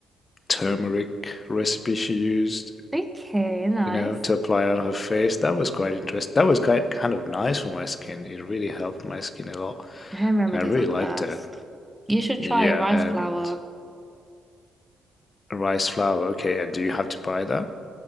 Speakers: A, on the left; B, in the centre.
A: turmeric recipe she used,
B: Okay, nice.
A: you know, to apply on her face. That was quite interesting. That was quite kind of nice for my skin. It really helped my skin a lot,
B: Home remedies
A: and I really
B: are the
A: liked
B: best.
A: it.
B: You should
A: Yeah,
B: try rice
A: and
B: flour.
A: rice flour. Okay, and do you have to buy that?